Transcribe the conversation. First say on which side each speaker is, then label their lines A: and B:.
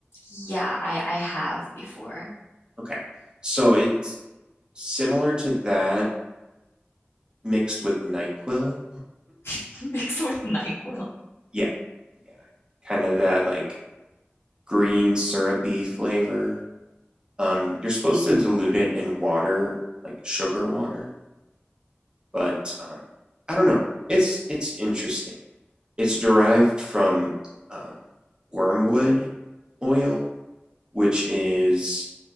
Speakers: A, on the left; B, on the right.
A: Yeah, I I have before.
B: Okay. So it's similar to that mixed with NyQuil.
A: <laughs> Mixed with NyQuil.
B: Yeah, yeah. Kind of that like green syrupy flavor. Um, you're supposed to dilute it in water, like sugar water, but um, I don't know. It's it's interesting. It's derived from um, wormwood oil, which is